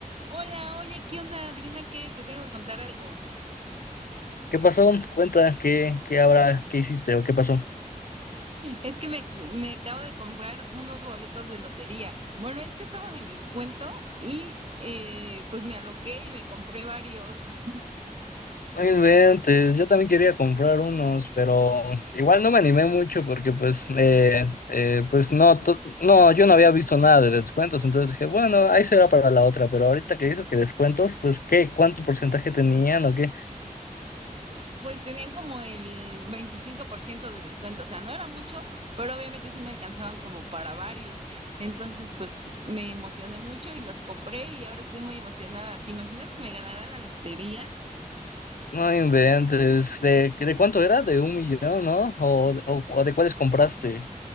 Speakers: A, on the right (about 45°); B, on the left (about 80°).
A: Hola, oye, ¿qué onda? Adivina qué, te tengo que contar algo.
B: ¿Qué pasó? Cuenta, ¿qué, qué habrá, qué hiciste o qué pasó?
A: Es que me, me acabo de comprar unos boletos de lotería. Bueno, es que estaban en descuento y eh, pues me aloqué y me compré varios. <laughs>
B: No inventes, yo también quería comprar unos, pero igual no me animé mucho porque pues, eh, eh, pues no, to- no, yo no había visto nada de descuentos, entonces dije, bueno, ahí será para la otra, pero ahorita que dices que descuentos, pues ¿qué? ¿Cuánto porcentaje tenían o qué?
A: Pues tenían como el 25% de descuento, o sea, no era mucho, pero obviamente sí me alcanzaban como para varios. Entonces, pues me emocioné mucho y los compré y ahora estoy muy emocionada. ¿Te imaginas que me ganara la lotería?
B: No inventes, ¿de, de cuánto era? ¿De un millón, no? ¿O, o, o de cuáles compraste?